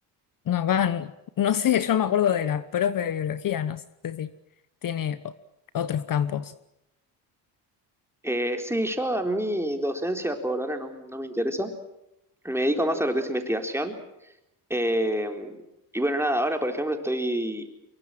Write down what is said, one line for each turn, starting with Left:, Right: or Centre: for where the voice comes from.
Left: No van, no sé, yo me acuerdo de la profe de biología, no sé si tiene o- otros campos.
Centre: Eh, sí, yo a mi docencia por ahora no, no me interesa. Me dedico más a lo que es investigación Eh, y bueno, nada, ahora por ejemplo estoy